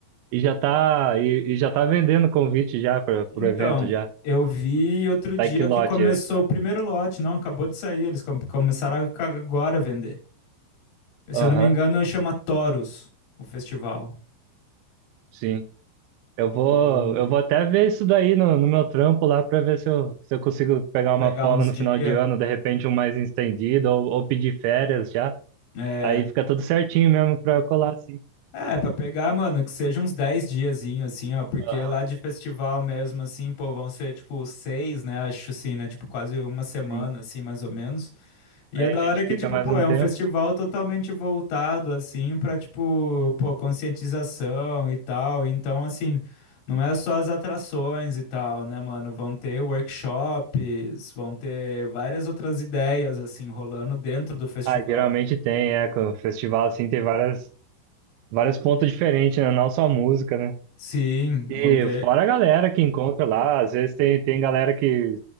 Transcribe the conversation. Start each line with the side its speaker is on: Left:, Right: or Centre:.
Right: E já tá, e, e já tá vendendo convite já para pro
Left: Então,
Right: evento já.
Left: eu vi outro dia
Right: Tá em que lote.
Left: que começou o primeiro lote, não, acabou de sair, eles com- começaram a- agora a vender. Se
Right: Aham,
Left: eu não me engano, chama Toros o festival.
Right: sim. Eu vou,
Left: E
Right: eu vou até ver isso daí no, no meu trampo lá pra ver se eu, se eu consigo pegar uma
Left: pegar
Right: folga
Left: uns
Right: no
Left: dias.
Right: final de ano, de repente um mais estendido, ou, ou pedir férias já.
Left: É,
Right: Aí fica tudo certinho mesmo pra colar, assim
Left: é, pra pegar, mano, que seja uns 10 diazinhos, assim, ó. Porque
Right: Aham.
Left: lá de festival mesmo, assim, pô, vão ser tipo seis, né? Acho assim, né? Tipo, quase uma semana,
Right: Sim.
Left: assim, mais ou menos. E
Right: Aí
Left: é da
Right: a gente
Left: hora que,
Right: fica
Left: tipo,
Right: mais
Left: pô,
Right: um
Left: é
Right: tempo.
Left: um festival totalmente voltado, assim, pra, tipo, pô, conscientização e tal. Então, assim, não é só as atrações e tal, né, mano? Vão ter workshops, vão ter várias outras ideias, assim, rolando dentro do festival.
Right: Ah, geralmente tem, é, com o festival assim tem várias, vários pontos diferentes, né? Não só música, né?
Left: Sim,
Right: E
Left: vão ter.
Right: fora a galera que encontra lá, às vezes tem, tem galera que,